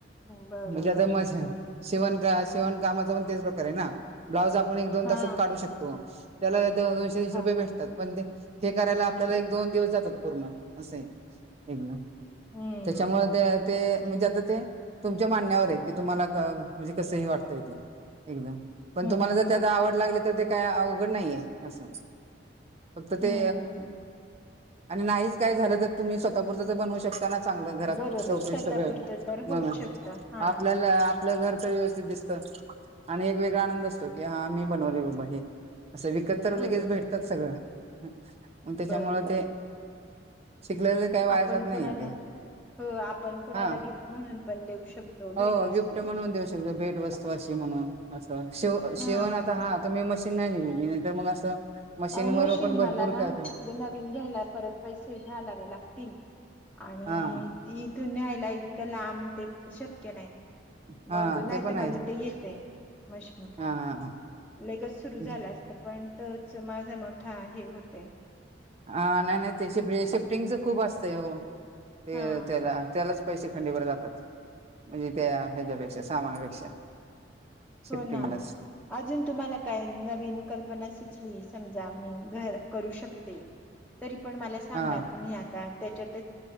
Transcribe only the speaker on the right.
म्हणजे आता मस
शिवण शिवण कामाच पण तेच प्रकार आहे ना ब्लाउज आप ण एक दोन
तासात काढू शकतो त्याला दोनशे तीनशे
रुपये भेटतात पण ते हे करायला आपल्याला एक दोन दिवस जातात पूर्ण असे एकदा
त्याच्यामुळे ते ते म्हणजे आता ते तुमच्या मानण्यावर आहे की तुम्हाला म्हणजे कसंही वाटतय ते एकदम पण
तुम्हाला जर
त्याता आवड लागली तर ते काय अवघड नाहीय असं फक्त ते
आणि नाहीच काय झालं तर तुम्ही स्वतःपूरतच बनवू शकता त्यांना चांगलं घरात
सोपे
सगळं
मग
आपल्याला
आपलं घर तर दिसत आणि एक वेगळा आनंद असतो की हा मी बनवले बाबा हे असं विकत तर
लगेच भेटतात सगळं मग त्याच्यामुळ
ते शिकलेले काही वाया
जात
नाही ते
हा
हो गिफ्ट म्हणून देऊ शकत भेट वस्तू अशी म्हणून अस शव शेवण
आता हा तुम्ही मशीन नाहीलेली नाहीर मग असं मशीनवर
पण भरपूर
कळत
हा
हा
ते पण
आहे
हा हा हा
म्हणजे
हा नाही नाही ते शि्ट शिफ्टिंगच खूप असतं हो ते
त्याला त्यालाच, पैसे खंडीवरर जातात म्हणजे त्या ह्याच्यापेक्षा सामानापेक्षा. शिफ्टिंगलाच
हा